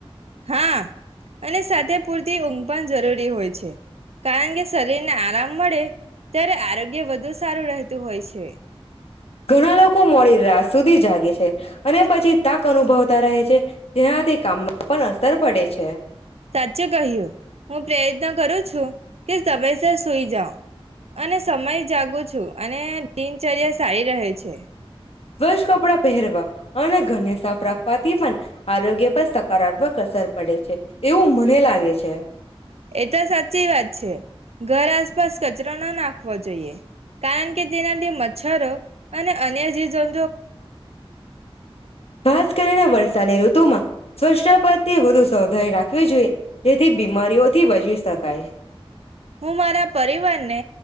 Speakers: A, on the right; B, on the left.
A: હા અને સાથે પૂરતી ઊંઘ પણ જરૂરી હોય છે. કારણ કે શરીર ને આરામ મળે ત્યારે આરોગ્ય વધુ સારું રહેતું હોય છે.
B: ઘણા લોકો મોડી રાત સુધી જાગે છે અને પછી તક અનુભવતા રહે છે જેનાથી કામમાં પણ અસર પડે છે.
A: ચે કહ્યું હું પ્રયત્ન કરું છું કે તમે સે સુઈ જાઓ અને સમય જાગું છું અને દિનચર્યા સારી રહે છે.
B: સ્વચ્છ કપડાં પહેરવા અને ઘરને સાફ રાખવાથી પણ આરોગ્ય પર સકારાત્મક અસર પડે છે એવું મને લાગે છે.
A: એ તો સાચી વાત છે ઘર આસપાસ કચરો ના નાખ ખવો જોઈએ. કારણ કે તેનાથી મચ્છરો અને અન્ય જીવ જં
B: ખાસ કરીને વરસાની ઋત તોમા સ્વષ્ટ પતિ વધુ તધાઈ રાખવી જોઈએ. તેથી બીમારીઓ થી બચી શકાય.
A: હું મારા પરિવારને